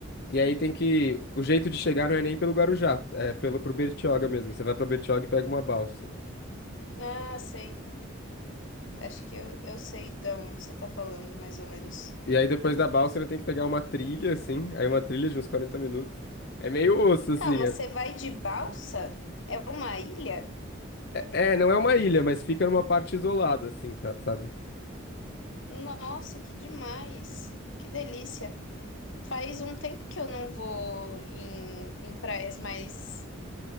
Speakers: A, on the left; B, on the left.
A: E aí tem que. O jeito de chegar não é nem pelo Guarujá, é pelo, pro Bertioga mesmo. Você vai pra Bertioga e pega uma balsa.
B: Ah, sei. Acho que eu, eu sei de onde você está falando, mais ou menos.
A: E aí depois da balsa ainda tem que pegar uma trilha, assim. Aí uma trilha de uns 40 minutos. É meio osso, assim.
B: Calma, você vai de balsa? É uma ilha?
A: É, é, não é uma ilha, mas fica numa parte isolada, assim, tá, sabe?
B: Nossa, que demais! Que delícia! Faz um tempo que eu não vou em, em praias mais,